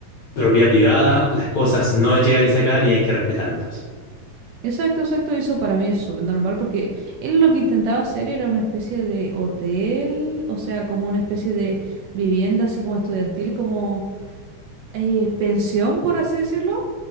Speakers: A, on the left; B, on the right.
A: propiedad privada, las cosas no es llegar y sacar y hay que respetarlas.
B: Exacto, exacto, eso para mí es súper normal porque él lo que intentaba hacer era una especie de hotel, o sea, como una especie de vivienda así como estudiantil, como eh, pensión, por así decirlo.